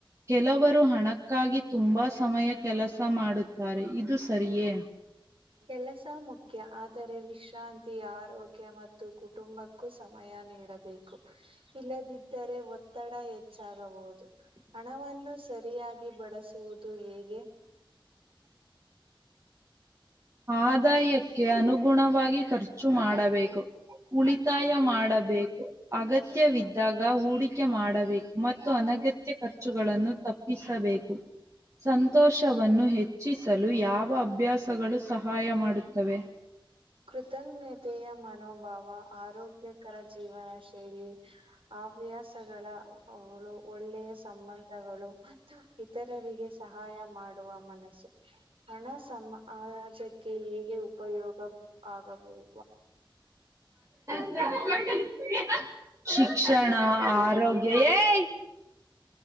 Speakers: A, on the right; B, on the right.
A: ಕೆಲವರು ಹಣಕ್ಕಾಗಿ ತುಂಬಾ ಸಮಯ ಕೆಲಸ ಮಾಡುತ್ತ ತ್ತಾರೆ ಇದು ಸರಿಯೇ
B: ಕೆಲಸ ಮುಖ್ಯ ಆದರೆ ವಿಶ್ರಾಂತಿ ಆರೋಗ್ಯ ಮತ್ತು ಕುಟುಂಬಕ್ಕೂ ಸಮಯ ನೀಡಬೇಕು ಇಲ್ಲದಿದ್ದರೆ ಒತ್ತಡ ಹೆಚ್ಚಾಗಬಹುದು ಹಣವನ್ನು ಸರಿಯಾಗಿ ಬಳಸುವುದು ಹೇಗೆ
A: <inaudible> ಆದಾಯಕ್ಕೆ ಅನುಗುಣವಾಗಿ ಖರ್ಚು ಮಾಡಬೇಕು ಉಳಿತಾಯ ಮಾಡಬೇಕು ಅಗತ್ಯವಿದ್ದಾಗ ಹೂಡಿಕೆ ಮಾಡಬೇಕು ಮತ್ತು ಅನಗತ್ಯ ಖರ್ಚುಗಳನ್ನು ತಪ್ಪಿಸಬೇಕು ಸಂತೋಷವನ್ನು ಹೆಚ್ಚಿಸಲು ಯಾವ ಅಭ್ಯಾಸಗಳು ಸಹಾಯ ಮಾಡುತ್ತವೆ
B: ಕೃತಜ್ಞತೆಯ ಮನೋಭಾವ ಆರೋಗ್ಯಕರ ಜೀವನ ಶೈಲಿ ಹವ್ಯಾಸಗಳ ಅವಳು ಒಳ್ಳೆಯ ಸಂಬಂಧಗಳು ಮತ್ತು ಇತರರಿಗೆ ಸಹಾಯ ಮಾಡುವ ಮನಸ್ಸು ಹಣ ಸಮಾಜಕ್ಕೆ ಹೇಗೆ ಉಪಯೋಗ ಆಗಬಹುದು
A: <inaudible> ಶಿಕ್ಷಣ ಆರೋಗ್ಯ ಏ